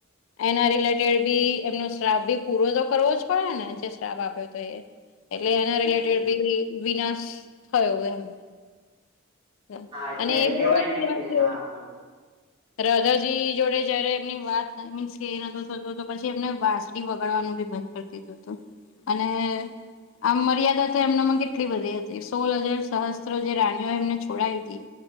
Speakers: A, on the left; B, on the right.
A: એના રિલેટેડ બી એમનો સ્ટાફ બી પૂરો તો કરવો જ પડે ને જે સ્ટાફ આપ્યો હતો એ. એટલે એના
B: બિલકુલ
A: રિલેટેડ બી વિનાશ થયોયો એમ. હા
B: એટલે
A: અને
B: કેવાય
A: જોર
B: ને કે
A: છે.
B: હા હા
A: રાધાજી જોડે જયારે એમની વાત મીન્સ કે નતો થતો તો પછી એમને વા. ડી વગાડવાનું બી બંધ કરી દીધું હતું અને. આમ મર્યાદા તો એમનામાં કેટલી બધી હતી સોલ હજાર સહસ્ત્રો જે રાણીઓ એમને છોડાયી હતી.